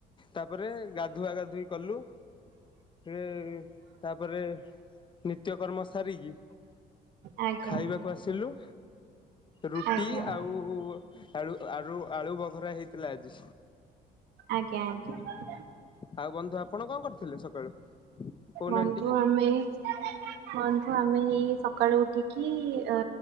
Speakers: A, on the left (about 30°); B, on the right (about 80°).
A: ତାପରେ ଗାଧୁଆ ଗାଧୋଇ କଲୁ । ଫେରେ ତାପରେ ନିତ୍ୟ କର୍ମ ସାରିକି
B: ଆଜ୍ଞା
A: ଖାଇବାକୁ ଆସିଲୁ। ରୁଟି
B: ଆଜ୍ଞା
A: ଆଉ ଆଳୁ, ଆଳୁ, ଆଳୁ ବଘରା ହେଇଥିଲା ଆଜି।
B: ଆଜ୍ଞା ଆଜ୍ଞା।
A: ଆଉ ବନ୍ଧୁ ଆପଣ କଣ କରିଥିଲେ ସକାଳୁ? କହୁନାହାନ୍ତି
B: ବନ୍ଧୁ
A: ଟିକେ?
B: ଆମେ ବନ୍ଧୁ ଆମେ ହେଇ ସକାଳୁ ଉଠିକି ଯା